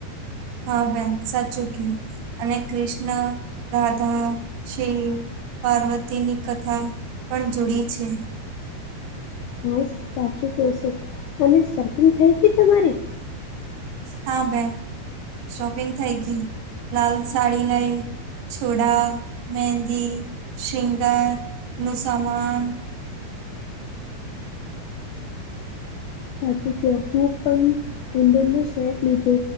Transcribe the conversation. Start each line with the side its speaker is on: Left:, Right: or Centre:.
Right: હા બેન સાચુ ક્યું. અને કૃષ્ણ, રાધા, શિવ પાર્વતીની કથા પણ જૂડી છે.
Left: હા સાચું કશું અને શોપિંગ થઈ ગયી તમારી?
Right: હા બેન શોપિંગ થઈ ગઈ લાલ સાડી લઈ. છોડા મેદી સિગાર નું સમાન
Left: સાચું કહું પણ કુંદનનો સેટ લીધો